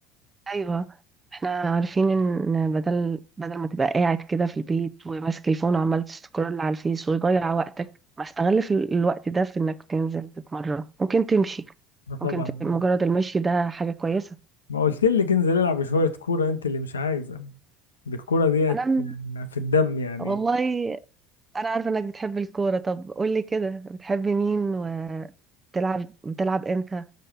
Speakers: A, on the right; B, on the left.
A: أيوة احنا عارفين إن بدل بدل ما تبقى قاعد كده في البيت وماسك الفون وعمال تسكرول على الفيس ويضيع وقتك ما استغل في الوقت ده في إنك تنزل تتمرن ممكن تمشي
B: اه طبعا
A: ممكن ت- مجرد المشي ده حاجة كويسة
B: ما قلت لك انزل العب شوية كورة انت اللي مش عايزة دي الكورة ديت
A: انا م-
B: في الدم يعني
A: والله انا عارفه انك بتحب الكوره طب قولي كده بتحبي مين وبتلعب بتلعب امتى